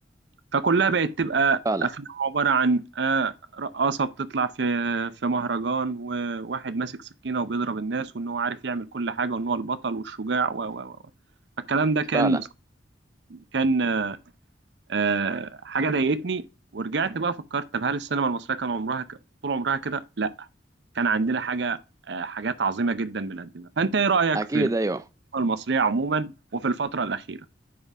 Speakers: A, on the right (about 65°); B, on the right (about 20°).
A: فكلها بقت تبقى
B: فعلا
A: أفلام عبارة عن آه، رقاصة بتطلع في في مهرجان وواحد ماسك سكينة وبيضرب الناس وإن هو عارف يعمل كل حاجة وإن هو البطل والشجاع و و و فالكلام ده كان
B: فعلا
A: كان آه، حاجه ضايقتني ورجعت بقى فكرت طب هل السينما المصريه كان عمرها ك... طول عمرها كده لا كان عندنا حاجه آه، حاجات عظيمه جدا بنقدمها فانت ايه رايك
B: أكيد
A: في السينما
B: أيوه
A: المصريه عموما وفي الفتره الاخيره